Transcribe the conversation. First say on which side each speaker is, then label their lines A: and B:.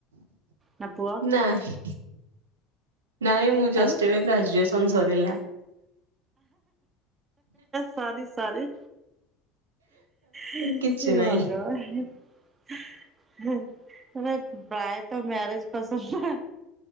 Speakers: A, on the right (about 30°); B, on the right (about 75°).
A: ନା ପୁଅ
B: ନାହିଁ ନାଇଁ ମୁଁ ଜଷ୍ଟ
A: ଆଉ
B: ଏବେ ଗ୍ରାଜୁଏସ ବିକମ ସରିଲା।
A: ସରି ସରି। ହେ
B: କିଛି ନାହିଁ।
A: ଭଗବାନ। <unintelligible> ଭାଇ ତ ମ୍ୟାରେଜ ପସନ୍ଦ ନା